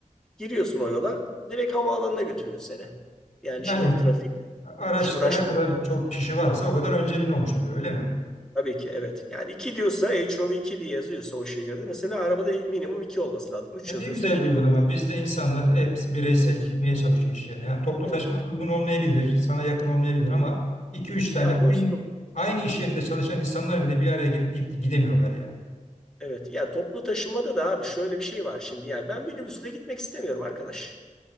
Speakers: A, in the centre; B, on the left.
A: Giriyorsun o yola direkt havaalanına götürüyor seni. Yani
B: Yani
A: şehir trafiği
B: Araçta
A: hiç uğraşma.
B: ne kadar çok kişi varsa o kadar önceliğin olmuş oluyor öyle mi?
A: Tabii ki evet. Yani 2 diyorsa H hov iki diye yazıyorsa o şehirde mesela arabada minimum 2 olması lazım. 3
B: Ya
A: yazıyorsa
B: ne güzel
A: minimum
B: bir uygulama. Bizde insanlar hepsi bireysel
A: evet,
B: gitmeye çalışıyor iş yerine. Yani toplu
A: evet.
B: taşıma uygun olmayabilir, sana yakın olmayabilir ama iki üç tane
A: Ya
B: aynı,
A: dostum
B: aynı iş yerinde çalışan insanlar bile bir araya gelip git, gidemiyorlar yani.
A: evet ya toplu taşımada da abi şöyle bir şey var şimdi. Yani ben minibüsle gitmek istemiyorum arkadaş.